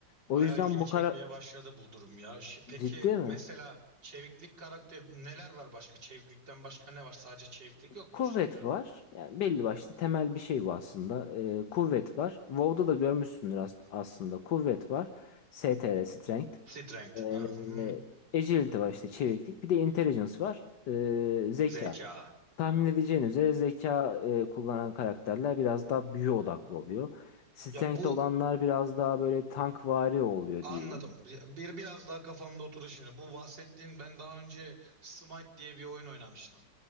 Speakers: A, on the left (about 70°); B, on the right (about 85°).
A: O
B: Bayağı
A: yüzden
B: ilgimi
A: bu
B: çekmeye
A: kara...
B: başladı bu durum ya. Şi- Peki
A: Ciddi mi?
B: mesela çeviklik karakteri neler var başka? Çeviklikten başka ne var? Sadece çeviklik yoktur
A: Kuvvet
B: sanıyorum.
A: var. Yani belli başlı temel bir şey bu aslında. Ee, kuvvet var. WoW'da da görmüşsündür as- aslında. Kuvvet var. STR, Strength.
B: Strength,
A: Ee,
B: ah, hmm,
A: agility var işte çeviklik. Bir de intelligence var. Ee, zeka.
B: zeka.
A: Tahmin edeceğiniz üzere zeka e, kullanan karakterler biraz daha büyü odaklı oluyor. Strength
B: Ya bu
A: olanlar biraz daha böyle tankvari oluyor
B: Anladım.
A: diye.
B: Bir biraz daha kafamda oturdu şimdi. Bu bahsettiğin ben daha önce Smite diye bir oyun oynamıştım.